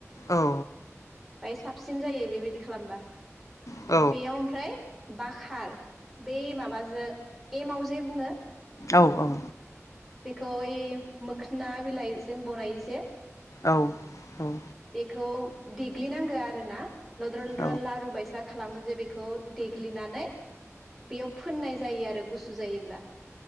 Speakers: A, on the left; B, in the centre.
A: औ
B: बाय साबसिन जायो बेबायदि खालामबा
A: औ
B: बेयाव ओमफ्राय बाखार बै माबाजों एमाव जे बुङो
A: औ औ
B: बेखौ ओइ मोखोना बिलाइजों बनायो जे
A: औ औ
B: बेखौ देग्लिनांगो आरो ना लद्र लद्र
A: औ
B: लारु बायसा खालामो जे बेखौ देग्लिनानै बेयाव फोननाय जायो आरो गुसु जायोब्ला